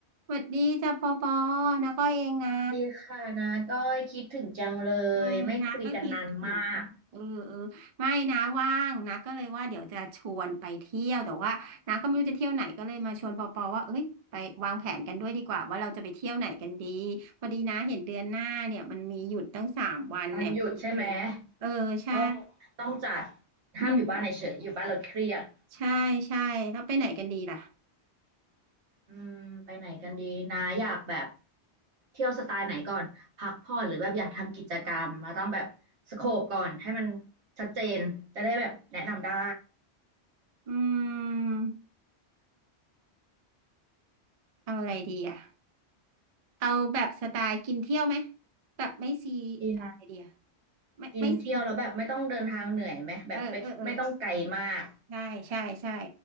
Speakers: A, on the right; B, on the right.
A: สวัสดีจ้าปอปอนะก็เองนะ
B: ดีค่ะนะก้อยคิดถึงจังเลยไม่คุยกันนานมาก
A: เออนะก็คิดถึงเออเออไม่นะว่างนะก็เลยว่าเดี๋ยวจะชวนไปเที่ยวแต่ว่านะก็ไม่รู้จะเที่ยวไหนก็เลยมาชวนปอปอว่าเอ้ยไปวางแผนกันด้วยดีกว่าว่าเราจะไปเที่ยวไหนกันดีพอดีนะเห็นเดือนหน้าเนี่ยมันมีหยุดตั้งสามวันเนี่ยวันพิเศษเออใช่
B: วันหยุดใช่ไหมต้องต้องจัดห้ามอยู่บ้านเฉยๆอยู่บ้านเราเครียด
A: อืมใช่ใช่แล้วไปไหนกันดีล่ะ
B: อืมไปไหนกันดีนะอยากแบบเที่ยวสไตล์ไหนก่อนพักผ่อนหรือแบบอยากทำกิจกรรมเราต้องแบบสโคปก่อนให้มันชัดเจนจะได้แบบแนะนำได้
A: อืมเอาอะไรดีอ่ะเอาแบบสไตล์กินเที่ยวไหมแบบไม่ซีอะไรดีอะ
B: กิน
A: ไม่ไม่ซี
B: กินเที่ยวแล้วแบบไม่ต้องเดินทางเหนื่อยไหมแบบไม่ไม่ต้องไกลมาก
A: เออเออเออใช่ใช่ใช่